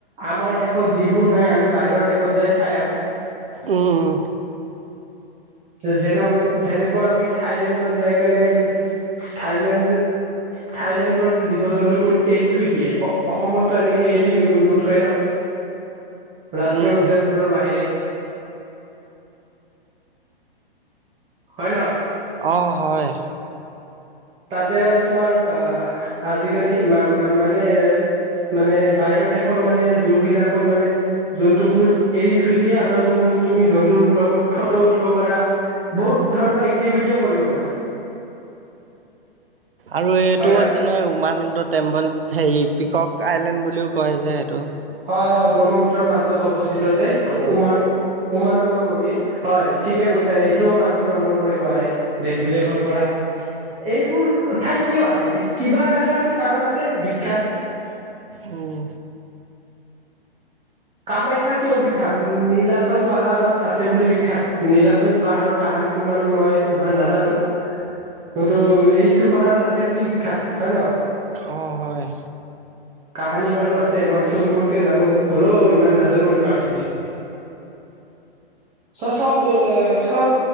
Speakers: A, on the right; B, on the right.
A: আমাৰ দেশত যিবোৰ নাই আমি বাহিৰৰ দেশত যাই চাই আহো।
B: উম।
A: যেনেক যেনেকুৱা আমি থাইলেণ্ডত যায় কাৰণে থাইলেণ্ড যে থাইলেণ্ডৰ যে জীৱ জন্তুবোৰ এৰি থৈ দিয়ে অ-অসমতো এনেকে এৰি ন-নথৈ ন। ৰাষ্ট্ৰীয়
B: উম,
A: উদ্যানবোৰৰ বাহিৰে। হয় ন
B: অ', হয়।
A: তাতে আৰু তোমাৰ অ-আজিকালি মা-মা-মানে মানে বাহিৰৰ দেশৰ মানে জুবিলাকত মানে জন্তুবোৰ এৰি থৈ দিয়ে আৰু তুমি জন্তুৰ লগত বহুত ফটো উঠিব পৰা বহুত ধৰণৰ এক্টিভিটিও কৰিব পাৰা।
B: আৰু এইটো
A: হয় ন
B: আছে নহয় উমান এইটো টেম্পল হেৰি পিকক আইলেণ্ড বুলিও কয় যে সেইটো।
A: হয়, হয় ব্ৰহ্মপুত্ৰৰ মাজত অৱস্থিত যে
B: অ',
A: উমানো। উমানন্দ মন্দিৰ। হয়, ঠিকে কৈছা সেইটোও মানুহ ভ্ৰমণ কৰিব আহে। দেশ বিদেশৰ
B: উম।
A: পৰা। এইবোৰ ঠাই কিয় আহে কিবা এটাটো কাৰণ আছে বিখ্যাত
B: উম।
A: কামাখ্যা কিয় বিখ্যাত নীলাচল পাহাৰত আছে বুলি বিখ্যাত নীলাচল পাহাৰ কাহানী। <unintelligible> মানে মই ইমান নাজানো। কিন্তু এইটো পাহাৰত আছে বুলি বিখ্যাত হয় ন।
B: অ', হয়।
A: কাহানী বাৰু আছে মই থুল মূলকে জানো। হ'লেও ইমান নাজানো মানে পাৰফেক্টলি। চ' চব চব